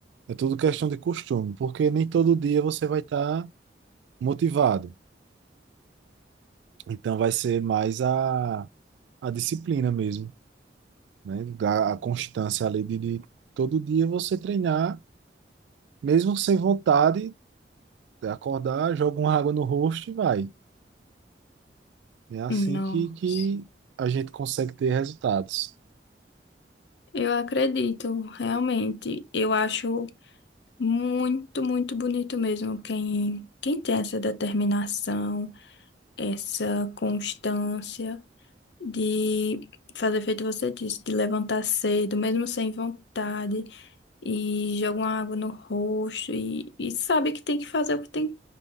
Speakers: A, on the right; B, on the left.
A: É tudo questão de costume, porque nem todo dia você vai estar motivado. Então vai ser mais a, a disciplina mesmo, né? A, a constância ali de, de todo dia você treinar, mesmo sem vontade, acordar, joga uma água no rosto e vai. É assim
B: nossa.
A: que, que a gente consegue ter resultados.
B: Eu acredito, realmente. Eu acho muito, muito bonito mesmo quem quem tem essa determinação, essa constância de fazer feito você disse, de levantar cedo, mesmo sem vontade. e jogam água no rosto e, e sabe que tem que fazer o que tem,